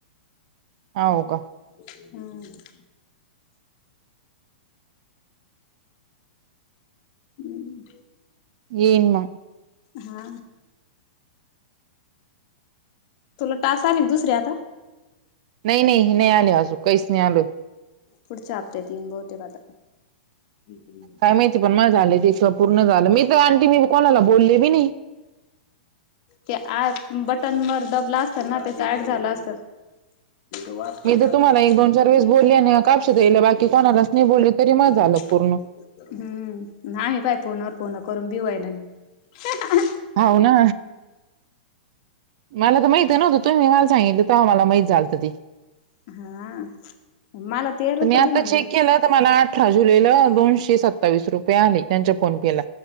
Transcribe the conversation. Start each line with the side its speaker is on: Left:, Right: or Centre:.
Right: हाव का?
Left: हम्म हम्म
Right: ये मा..
Left: हा तुला टास आली एक दुसर्या आता
Right: नाही नाही नाही आले आजू पैसे नाही आलो
Left: पुढच्या हप्त्यात येईन बहुतेक आता <inaudible>
Right: काय माहिती पण माझ झाले ते शिवा पूर्ण झालं मी तर आंटी मी कोणाला बोलले बी नाही
Left: ते आ बटनवरर दबलं असत ना त्याच ऍट झाला असतं एवढं वात पाणी
Right: मी तर
Left: आलं
Right: तुम्हाला
Left: का
Right: एक
Left: तुलाथ
Right: दोन चार वेळेस बोलले आणि कापशात येईल बाकी कोणालाच नाही बोलले तरी मग झालं
Left: लक सांग
Right: पूर्ण
Left: हम्म नाही बाय फोनवर फोन करून बी होई नाही आहे ना नाही
Right: होव ना.. मला तर माहित आहे नव्हतं तुही मला सांगितलं मला माहित झालं ती
Left: हा.. मला तेरा रुपयाला
Right: मी आता
Left: म्हणाला
Right: चेक केलं तर मला आठ अठरा जुला दोनशे सत्तावीस रुपये आले त्यांच्या फोन पे ला